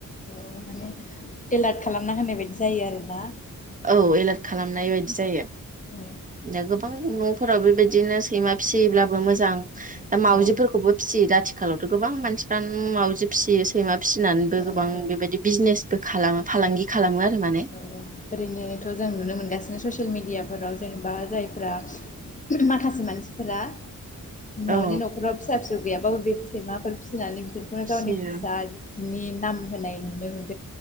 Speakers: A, on the left; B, on the right.
A: औ माने एलार्ट खालामना होनाय बायदि जायो आरोना।
B: औ एलार्ट खालामनाय बायदि। जायो।
A: औ
B: नों गोबांनो। न'खराव बेबायदिनो सैमा फिसियोब्लाबो मोजां। दा मावजिफोरखौबो
A: औ
B: फिसियो दा। आथिखालावथ' गोबां मानसिफ्रानो मावजि। फिसियो सैमा फिसिनानैबो
A: औ
B: गोबां बेबायदि बिजनेसबो खालामो। फालांगि खालामो। आरो माने
A: औ औ। ओरैनोथ' जों नुनो मोनगासिनो ससियेल मिडियाफोराव जेनेबा जायफ्रा माखासे मानसिफोरा <inaudible> गैयाबो
B: औ
A: बे सैमाफोर फिसि फिसिनानै बिसोरखौनो
B: फिसियो
A: गावनि फिसा बिनि नाम होनाय नुदों मोन